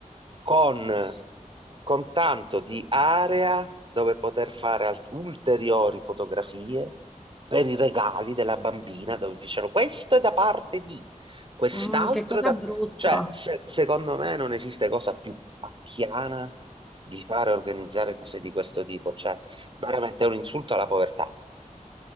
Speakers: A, on the right; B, in the centre.
A: con,
B: Assurdo.
A: con tanto di area dove poter fare alt- ulteriori fotografie per i regali della bambina, dove dicevano questo è da parte di, quest'altro
B: Mm, che cosa
A: è da...
B: brutta.
A: Cioè, se- secondo me non esiste cosa più pacchiana di fare organizzare cose di questo tipo, cioè veramente è un insulto alla povertà.